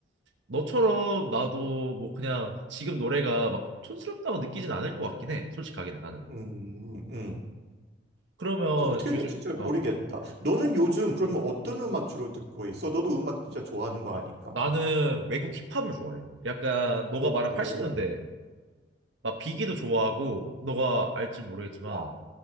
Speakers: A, on the right; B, on the right.
A: 너처럼 나도 뭐 그냥 지금 노래가 막 촌스럽다고 느끼진 않을 것 같긴 해. 솔직하게는 나는.
B: 음, 음. 음.
A: 그러면
B: 저 어떻게
A: 요즘
B: 될지 진짜 모르겠다.
A: 어.
B: 너는 요즘 그러면 어떤 음악 주로 듣고 있어? 너도 음악 진짜 좋아하는 거
A: 어,
B: 아니까.
A: 나는 외국 힙합을 좋아해. 약간 너가
B: 어,
A: 말한
B: 어.
A: 80년대 나 비기도 좋아하고 너가 알지 모르겠지만
B: 와,